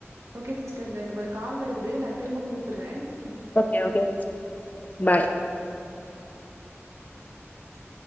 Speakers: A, on the right; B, on the left.
A: ஓகே சிஸ்டர் எனக்கு ஒரு கால் வருது நா திரும்ப கூப்புடுறங்
B: ஓகே ஓகே பாய்
A: <unintelligible>